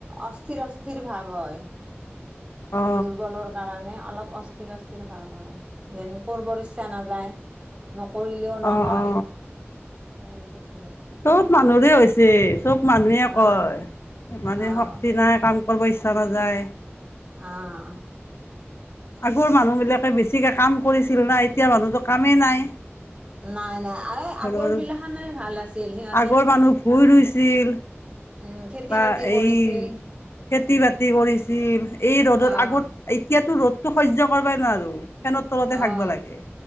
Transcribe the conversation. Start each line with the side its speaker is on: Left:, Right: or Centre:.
Right: অস্থিৰ অস্থিৰ ভাৱ হয়।
Left: অ
Right: দুৰ্বলৰ কাৰণে অলপ অস্থিৰ অস্থিৰ। অ, যেন কৰিবৰ ইচ্ছা নাযায়, নকৰিলেও নহয়।
Left: অ অ
Right: <unintelligible>
Left: চব মানুহৰে হৈছে চব মানুহে
Right: আহ
Left: কয়, মানে
Right: আহ
Left: শক্তি নাই কাম কৰব ইচ্ছা নাযায়।
Right: আহ।
Left: আগৰ মানুহ বিলাকে বেছিকে কাম কৰিছিল না, এতিয়া মানুহতো কামে নাই।
Right: নাই নাই এই
Left: ঘৰৰ
Right: আগৰ বিলাখানে ভাল আছিল সিহঁতে
Left: আগৰ মানুহ ভুই ৰুইছিল
Right: উম, খেতি
Left: বা
Right: বাতি
Left: এই
Right: কৰিছিল।
Left: খেতি বাতি কৰিছিল, এই ৰ'দত
Right: আহ
Left: আগত এতিয়াতো ৰ'দতো সহ্য কৰবাই নোৱাৰোঁ। ফেনৰ তলতে
Right: আহ
Left: থাকবা লাগে।